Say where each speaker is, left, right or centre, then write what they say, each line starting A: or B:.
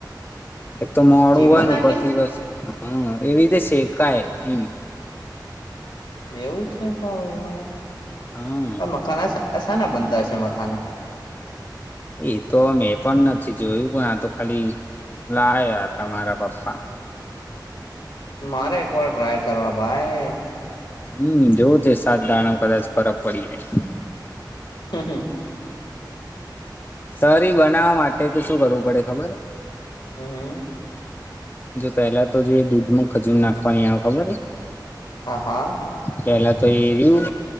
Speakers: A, on the left (about 25°); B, on the left (about 80°).
A: એક તો મોડું
B: ઘીમાં
A: હોય ને
B: નાખીને
A: ઉપરથી બસ હ એવી રીતે શેકાય ઇ.
B: એવું છે ભાવ ઓનલાઇન
A: હા
B: આ મખાના સાના બનતા હશે મખાના હ <unintelligible>
A: એ તો મેં પણ નથી જોયું પણ આ તો ખાલી લાયા તા મારા પપ્પા
B: મારે એક વાર ટ્રાય કરવા ભાઈ.
A: હમ જોવો તો સાત દાણા કદાચ ફરક પડી જાય.
B: હું હું.
A: સરરી બનાવા માટે તે શું કરવું પડે ખબર હે.
B: હમ હમ.
A: જો પેલા તો જે દુધમાં ખજૂર નાખવાની આ ખબર હે.
B: હા હા.
A: પેલા તો એર્યું